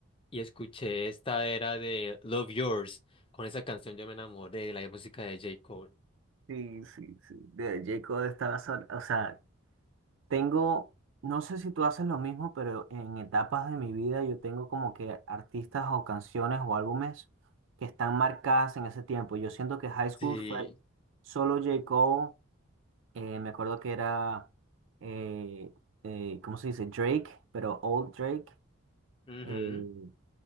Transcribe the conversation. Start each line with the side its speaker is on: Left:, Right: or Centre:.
Left: y escuché esta era de Love Yours. Con esa canción yo me enamoré de la música de J. Cole.
Right: Sí, sí, sí. de- J. Cole estaba, sol- o sea, tengo, no sé si tú haces lo mismo, pero en etapas de mi vida yo tengo como que artistas o canciones o álbumes que están marcadas en ese tiempo. Yo siento que High School
Left: Sí.
Right: fue solo J. Cole. Eh, me acuerdo que era, eh, eh, ¿cómo se dice? Drake, pero Old Drake.
Left: ujú.
Right: Eh,